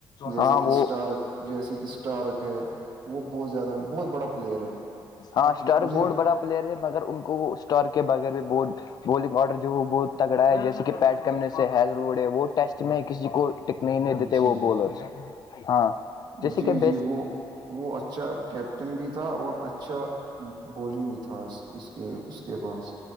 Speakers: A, on the right; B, on the left.
A: جیسے
B: ہاں
A: کہ
B: وہ
A: اسٹارک جیسے کہ اسٹارک ہے وہ بہت زیادہ بہت بڑا پلیئر ہے
B: ہاں اسٹارک
A: مجھے
B: بہت بڑا پلیئر ہیں مگر ان کو وہ اسٹور کے بغیر میں ب بولنگ آرڈر جو ہو وہ بہت تگڑا ہے جیسے کہ پیٹ کمنے سے ہیض لڑے وہ ٹیسٹ میں کسی کو ٹکنے ہی نہیں دیتے
A: جی
B: وہ بولرس ہاں جیسے
A: جی
B: کہ
A: جی
B: بیس
A: وہ وہ اچھا کیپٹن بھی تھا اور اچھا اچھا بولنگ بھی تھا اس اس کے اس کے پاس